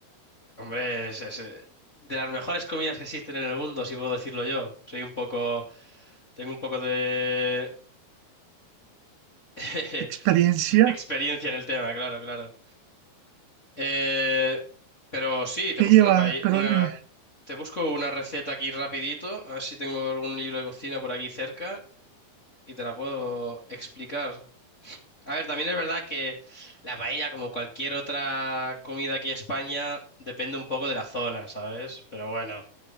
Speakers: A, on the left; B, on the right.
A: hombre, es, es, eh, de las mejores comidas que existen en el mundo, si puedo decirlo yo. Soy un poco, tengo un poco de, <laughs> de
B: Experiencia
A: experiencia en el tema, claro, claro. Eh, pero sí, te
B: que
A: busco
B: lleva,
A: una, paella,
B: pero
A: una,
B: eh,
A: te busco una receta aquí rapidito, a ver si tengo algún libro de cocina por aquí cerca y te la puedo explicar. A ver, también es verdad que la paella, como cualquier otra comida aquí en España, depende un poco de la zona, ¿sabes? Pero bueno,